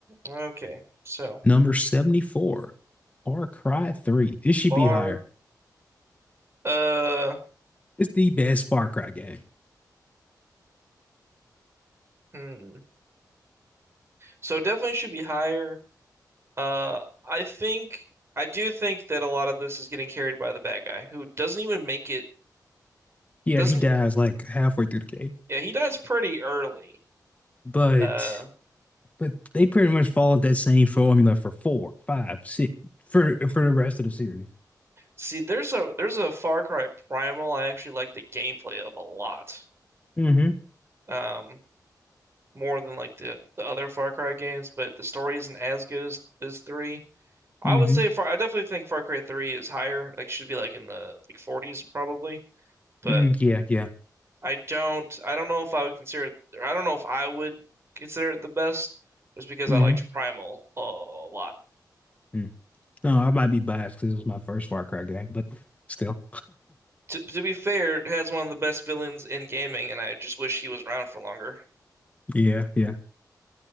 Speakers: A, on the right; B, on the left.
A: Okay, so
B: Number 74, Far Cry 3. This should
A: bar.
B: be higher.
A: Uh,
B: It's the best Far Cry game.
A: hmm. So definitely should be higher. Uh, I think I do think that a lot of this is getting carried by the bad guy who doesn't even make it.
B: Yeah,
A: Doesn't
B: he dies like halfway through the game.
A: yeah, he dies pretty early.
B: But
A: Uh,
B: but they pretty much followed that same formula for four, five, six for for the rest of the series.
A: see, there's a there's a Far Cry Primal I actually like the gameplay of a lot.
B: Mm-hmm.
A: Um, more than like the the other Far Cry games, but the story isn't as good as as three. I
B: Mm-hmm.
A: would say Far, I definitely think Far Cry 3 is higher. Like should be like in the like 40s probably. but
B: Mm, yeah, yeah.
A: I don't I don't know if I would consider it or I don't know if I would consider it the best just because
B: Mm-hmm.
A: I liked Primal a lot.
B: Mm. No, I might be biased because it was my first Far Cry game, but still.
A: To, to be fair, it has one of the best villains in gaming and I just wish he was around for longer.
B: Yeah, yeah.